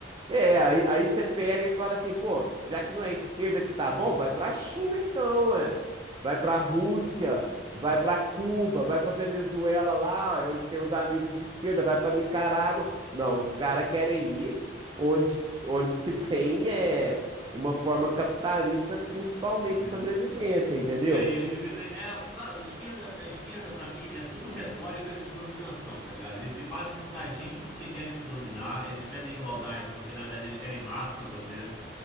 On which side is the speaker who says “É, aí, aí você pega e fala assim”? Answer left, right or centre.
Right